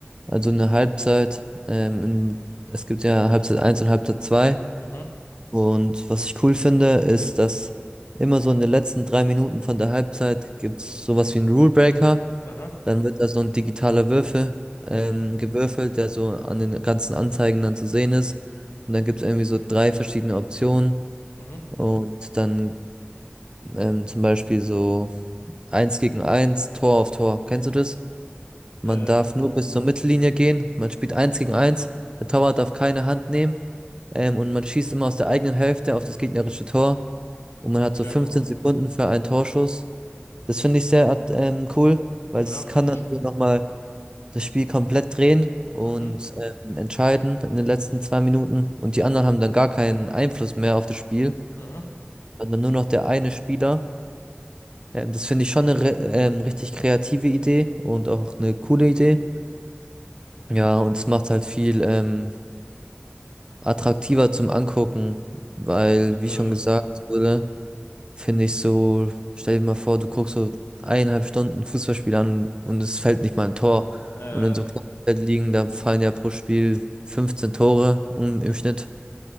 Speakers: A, on the right; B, on the left.
A: also eine Halbzeit, ähm, in, es gibt ja Halbzeit eins und Halbzeit zwei.
B: Mhm,
A: Und was ich cool finde, ist, dass immer so in den letzten drei Minuten von der Halbzeit gibt's sowas wie einen Rule Breaker.
B: aha,
A: Dann wird da so ein digitaler Würfel
B: mhm,
A: ähm, gewürfelt, der so an den ganzen Anzeigen dann zu sehen ist. Und dann gibt es irgendwie so drei verschiedene Optionen.
B: mhm.
A: Und dann ähm, zum Beispiel so eins gegen eins, Tor auf Tor. Kennst du das? Man
B: Ähm,
A: darf nur
B: mh,
A: bis zur Mittellinie gehen. Man spielt eins gegen eins. Der Torwart darf keine Hand nehmen. Ähm, und man schießt immer aus der eigenen Hälfte auf das gegnerische Tor. Und man
B: okay,
A: hat so 15
B: aha.
A: Sekunden für einen Torschuss. Das finde ich sehr at- ähm, cool, weil
B: Ja,
A: es
B: finde
A: kann dann
B: ich schon
A: so
B: cool.
A: nochmal das Spiel komplett drehen und
B: Mhm,
A: ähm, entscheiden in den letzten zwei Minuten und die anderen haben dann gar keinen Einfluss mehr auf das Spiel,
B: mhm.
A: sondern nur noch der eine Spieler. Ähm, das finde ich schon eine re- ähm, richtig kreative Idee und auch eine coole Idee. Ja, und es macht halt viel ähm, attraktiver zum Angucken, weil,
B: Äh,
A: wie schon gesagt wurde, Finde ich so, stell dir mal vor, du guckst so eineinhalb Stunden ein Fußballspiel an und es fällt nicht mal ein Tor.
B: äh,
A: Und in so kleinen liegen, da fallen ja pro Spiel 15 Tore um, im
B: mhm.
A: Schnitt.